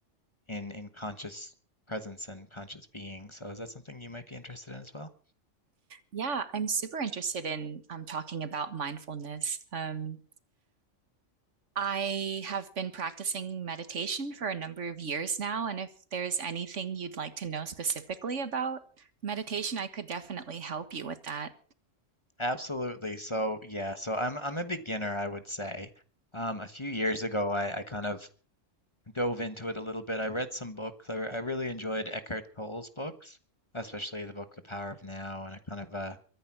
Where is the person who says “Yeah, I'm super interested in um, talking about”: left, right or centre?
Right